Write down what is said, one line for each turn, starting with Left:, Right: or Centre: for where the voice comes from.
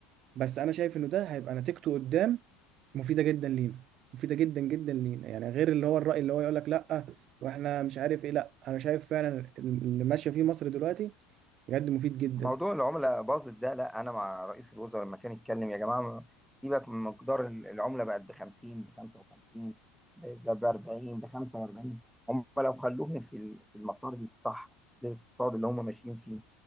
Right: بس انا شايف انه ده هيبقى نتيجته قدام مفيده جدا لينا مفيده جدا جدا لينا يعني غير اللي هو الراي اللي هو يقول لك لا واحنا مش عارف ايه لا انا شايف فعلا اللي ماشيه فيه مصر دلوقتي بجد مفيد جدا
Centre: موضوع العملة باظت ده لا أنا مع رئيس الوزراء لما كان يتكلم يا جماعة سيبك من مقدار ال- العملة بقت ب 50 ب 55 ب 40 ب 45 هم لو خلوهم في ال- في المسار الصح للاقتصاد اللي هم ماشيين فيه